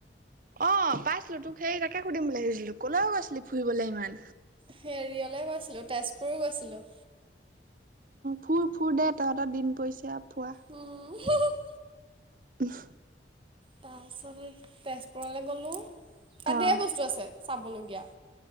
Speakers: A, on the right; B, on the right.
A: অ', পাইছিলো তোক সেই তাকে সুধিম বুলি ভাবিছিলো, ক'লৈ গৈছিলি ফুৰিবলে ইমান।
B: হেৰিয়লে গৈছিলো, তেজপুৰো গৈছিলো।
A: ফুৰ-ফুৰ দে তহঁতৰ দিন পৰিছে আৰু ফোৱা।
B: উম, <unintelligible>
A: <unintelligible>
B: তাৰপিছত এই তেজপুৰলে গ'লোঁ, তাত
A: অ',
B: ধেৰ বস্তু আছে চাবলগীয়া।